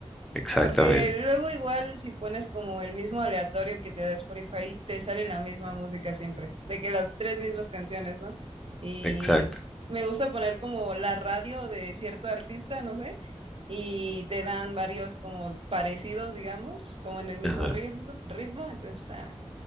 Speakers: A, in the centre; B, on the right (about 55°).
A: Exactamente,
B: Porque luego igual si pones como el mismo aleatorio que te da Spotify, te sale la misma música siempre, de que las tres mismas canciones, ¿no? Y
A: exacto.
B: me gusta poner como la radio de cierto artista, no sé, y te dan varios como parecidos, digamos, como en el mismo
A: Ajá.
B: ritmo, ritmo entonces está,